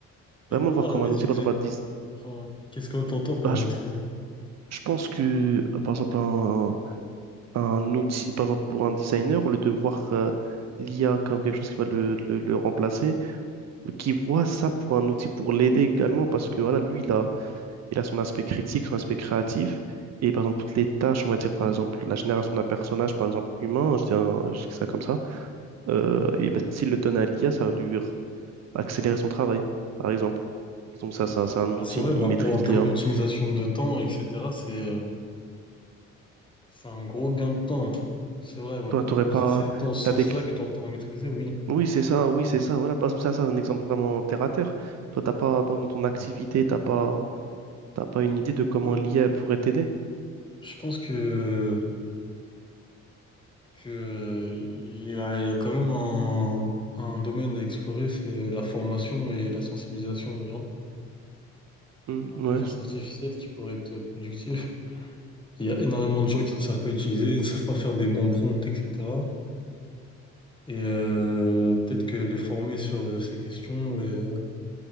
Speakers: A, on the right; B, on the left.
A: vraiment
B: Mais comment
A: le voir comme
B: la maîtriser?
A: un outil, par exemple, un dis-
B: Enfin, qu'est-ce que t'entends par
A: bah,
B: maîtriser?
A: je, je pense que, euh, par exemple, un, un outil, par exemple, pour un designer, au lieu de voir euh, l'IA comme quelque chose qui va le, le le remplacer, qui voit ça pour un outil pour l'aider également parce que voilà, lui, il a, il a son aspect critique, son aspect créatif. Et par exemple, toutes les tâches, on va dire par exemple la génération d'un personnage, par exemple humain, je dis, un- je dis ça comme ça, euh, et ben, s'il le donne à l'IA, ça va lui r- accélérer son travail, par exemple. Donc ça, ça, c'est un
B: Ouais,
A: outil,
B: c'est vrai, bah
A: il maîtrise
B: pour en termes
A: l'IA.
B: d'optimisation de temps, etc., c'est euh, c'est un gros gain de temps. C'est vrai, ouais,
A: Toi,
B: pour,
A: t'aurais pas...
B: si c'est dans ce
A: T'as
B: sens-là
A: des...
B: que t'entends maîtriser, oui.
A: Oui, c'est ça, oui, c'est ça. Voilà, parce que ça, c'est un exemple vraiment terre à terre. Toi, t'as pas, dans ton activité, t'as pas, t'as pas une idée de comment
B: Moi,
A: l'IA pourrait t'aider.
B: je pense que que, euh, il y a, il y a quand même un, un domaine à explorer, c'est euh, la formation et la sensibilisation aux gens.
A: Oui,
B: L'intelligence
A: ouais,
B: artificielle qui pourrait être productive. Il y a énormément de gens qui ne savent pas utiliser, ne savent pas faire des bons prompts, etc. Et euh, peut-être que les former sur euh, ces questions euh,